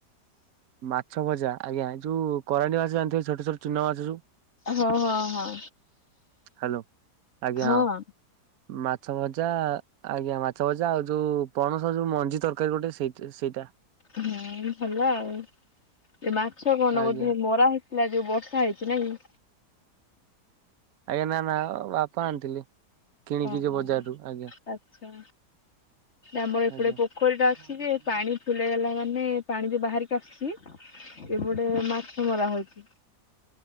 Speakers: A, on the right; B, on the left.
A: ମାଛ ଭଜା ଆଜ୍ଞା। ଯୋଉ କରାଣ୍ଡି ମାଛ ଜାଣିଥିବ ଛୋଟ ଛୋଟ ଚୁନା ମାଛ ଯୋଉ।
B: ହଁ ହଁ ହଁ
A: ହାଲୋ, ଆଜ୍ଞା
B: ହଁ।
A: ମାଛ ଭ ଜା ଆଜ୍ଞା ମାଛ ଭଜା ଆଉ ଯୋଉ ପଣସ ଯୋଉ ମଞ୍ଜି ତରକାରୀ ଗୋଟେ ସେଇ ସେଇଟା।
B: ହୁଁ ଭଲ ଆଉ। ଏ ମାଛ କଣ
A: ଆଜ୍ଞା।
B: ବୋଧେ ମରା ହେଇଥିଲା ଯୋଉ ବର୍ଷା ହେଇଛି ନାଇ କି।
A: ଆଜ୍ଞା ନା ନା ବାପା ଆଣିଥିଲେ। କିଣିକି
B: ଓହୋ
A: ଯୋଉ ବଜାରରୁ ଆଜ୍ଞା
B: ଆଚ୍ଛା। ଆମର ଏପଟେ
A: ଆଜ୍ଞା।
B: ପୋଖରୀ ଟା ଅଛି ଯେ ପାଣି ଫୁଲ ହେଇଗଲା। ମାନେ ପାଣି ଯୋଉ ବାହାରିକି ଆସୁଛି ଏପଟେ ମାଛ ଧରା ହଉଚି।